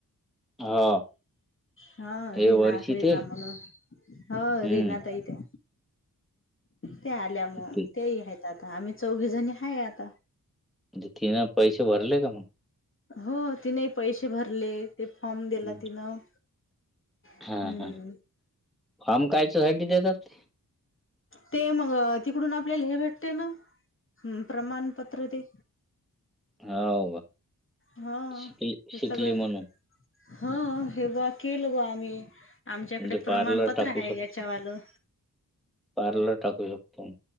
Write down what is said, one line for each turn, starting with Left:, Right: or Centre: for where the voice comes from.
Centre: हा.
Left: हा
Centre: हे
Left: रीना
Centre: वर्षी
Left: रीना
Centre: ते
Left: म्हणून हा
Centre: हम्म
Left: रीना ताई त्या ते आल्या मग
Centre: ती
Left: तेही आहेत आता आम्ही चौघी जणी आहे आता.
Centre: म्हणजे तिन पैसे भरले का मग.
Left: हो तिने पैसे भरले ते फॉर्म दिला
Centre: हम्म.
Left: तिनं.
Centre: हा
Left: हम्म
Centre: हा फॉम कायच्यासाठी देतात ते?
Left: ते मग तिकडून आपल्याला हे भेटते ना प्रमाणपत्र ते
Centre: हाव का
Left: हा
Centre: शिकली
Left: ते
Centre: शिकली
Left: सगळं
Centre: म्हणून.
Left: हा हे ब केलं ग आम्ही आमच्याकडे
Centre: म्हणजे
Left: प्रमाणपत्र
Centre: पार्लर टाकू
Left: आहे
Centre: शकतो
Left: याच्यावालं
Centre: पार्लर टाकू शकतो.